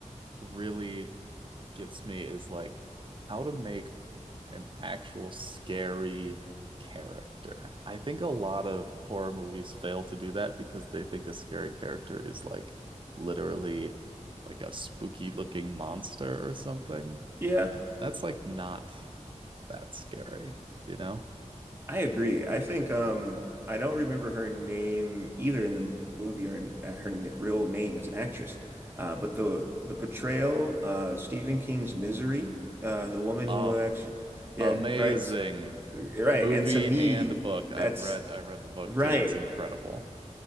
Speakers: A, on the right (about 40°); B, on the right (about 15°).
A: really gets me is like how to make an actual scary character. I think a lot of horror movies fail to do that because they think a scary character is like literally like a spooky looking monster or something.
B: Yeah,
A: That's like not that's scary, you know?
B: I agree. I think um I don't remember her name either in the movie or in, uh, her n real name as an actress. Uh but the the portrayal uh Stephen King's Misery, uh the woman
A: Oh,
B: who actually yeah,
A: amazing
B: right. S- Right.
A: movie
B: And to me
A: and book. I've
B: that's
A: read I read the book
B: right.
A: too. It's incredible.